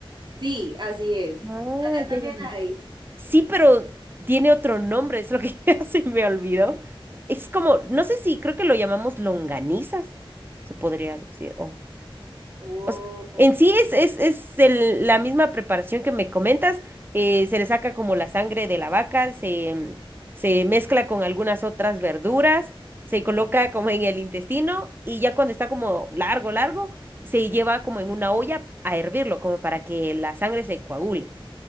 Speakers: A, on the right; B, on the right.
A: Sí, así es.
B: Ah,
A: Allá
B: ya,
A: también
B: ya, ya.
A: hay.
B: Sí, pero tiene otro nombre, es lo que <laughs> ya se me olvidó. Es como, no sé si, creo que lo llamamos longanizas, se podría decir. O,
A: Oh,
B: o sea,
A: ok.
B: en sí es, es, es el- la misma preparación que me comentas, eh, se le saca como la sangre de la vaca, se, se mezcla con algunas otras verduras, se coloca como en el intestino y ya cuando está como largo, largo, se lleva como en una olla a hervirlo, como para que la sangre se coagule.